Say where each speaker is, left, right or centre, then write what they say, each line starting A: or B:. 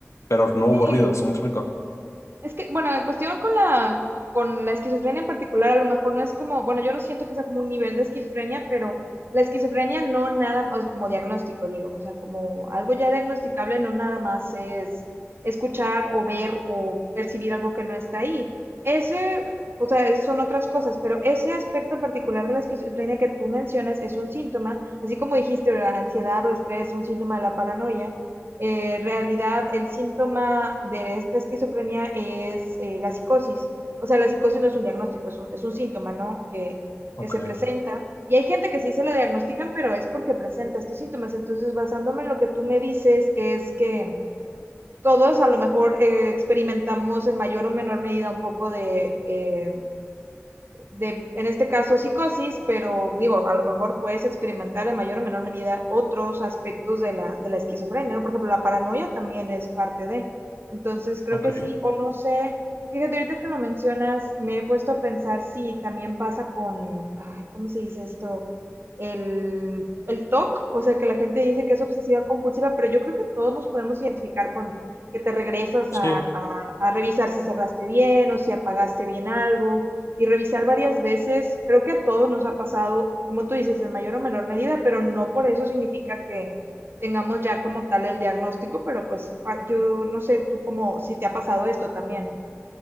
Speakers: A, on the left; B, on the right.
A: pero no hubo
B: sí,
A: ruido, ¿sí me explico?
B: es que, bueno, en cuestión con la, con la esquizofrenia en particular, a lo mejor no es como, bueno, yo no siento que sea como un nivel de esquizofrenia, pero la esquizofrenia no nada, o como diagnóstico, digo, o sea, como algo ya diagnosticable, no nada más es escuchar o ver o percibir algo que no está ahí. Ese, o sea, es- son otras cosas, pero ese aspecto en particular de la esquizofrenia que tú mencionas es un síntoma, así como dijiste, la ansiedad o estrés, un síntoma de la paranoia. eh, realidad el síntoma de esta esquizofrenia es eh, la psicosis. O sea, la psicosis no es un diagnóstico, es un, es un síntoma, ¿no? Que,
A: Ok,
B: que se presenta. Y hay gente que sí se la diagnostican, pero es porque presenta estos síntomas. Entonces, basándome en lo que tú me dices, es que todos a lo mejor eh, experimentamos en mayor o menor medida un poco de eh, de, en este caso, psicosis, pero digo, a lo mejor puedes experimentar en mayor o menor medida otros aspectos de la, de la esquizofrenia, ¿no? Por ejemplo, la paranoia también es parte de. Entonces, creo
A: ok,
B: que sí, o no sé, fíjate, ahorita que lo mencionas, me he puesto a pensar si también pasa con, ay, ¿cómo se dice esto? El, el TOC, o C, o sea, que la gente dice que es obsesiva compulsiva, pero yo creo que todos nos podemos identificar con que te regresas
A: sí.
B: a, a a revisar si cerraste bien o si apagaste bien algo y revisar varias veces, creo que a todos nos ha pasado, como tú dices, en mayor o menor medida, pero no por eso significa que tengamos ya como tal el diagnóstico, pero pues pa- yo no sé tú como si te ha pasado esto también.